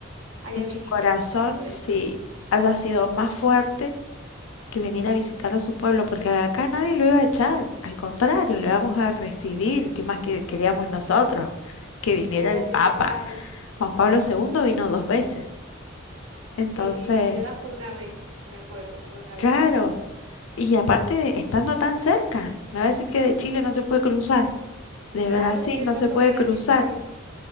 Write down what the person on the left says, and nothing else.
en
su corazón
sí haya sido más fuerte que venir a visitar a su pueblo, porque acá nadie lo iba a echar, al contrario, lo íbamos a recibir, ¿qué más que queríamos nosotros? Que viniera
el Papa.
Juan Pablo II vino dos veces. Entonces,
claro,
y aparte estando tan cerca, me va a decir que de Chile no se puede cruzar, de
Brasil
no
se puede
cruzar,